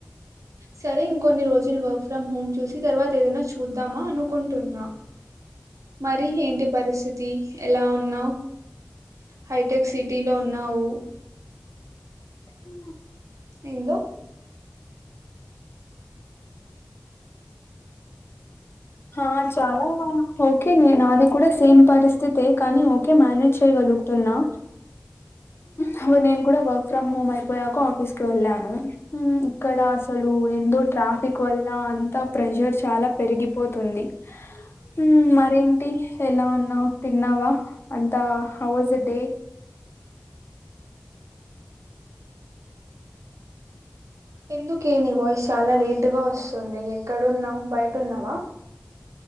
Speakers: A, on the right; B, on the left.
A: సరే ఇంకొన్ని రోజులు వర్క్ ఫ్రమ్ హోమ్ చూసి తర్వాత ఏదైనా చూద్దామా అను కుంటున్నా మరి ఏంటి పరిస్థితి ఎలా ఉన్నావు హైటెక్ సిటీలో ఉన్నావు
B: హ
A: ఎందు
B: హా చాలా ఓకే నాది కూడా సేమ్ పరిస్థితే కానీ ఓకే మేనేజ్ తే గలుతున్నా హావే నేన్ కూడా వర్ ఫ్రమ్ హోమ్ అ పోయాక ఆఫీస్కు వెళ్ళాను. హ్మ్ ఇక్కడ అసలు ఎందో ట్రాఫిక్ వల్ల అంతా ప్రెజర్ చాలా పెరిగి పోతుంది, ఉ మరేంటి ఎలా ఉన్నావ్, తిన్నావా అంత హౌ వజ్ డే
A: ఎందుకే నీ వాయిస్ చాలా లేటుగా వస్సుంది ఎక్కడున్నావు బైటున్నావా